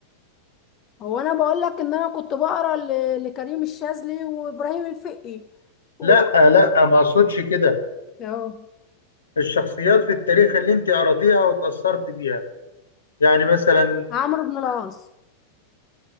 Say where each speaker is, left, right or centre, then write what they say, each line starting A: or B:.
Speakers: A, on the left; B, on the left.
A: هو انا بقول لك ان انا كنت بقرا ل- لكريم الشاذلي وابراهيم الفقي و-
B: لا لا ما اقصدش كده
A: اهو
B: الشخصيات في التاريخ اللي انت قرأتيها وتاثرت بيها يعني مثلا
A: عمرو بن العاص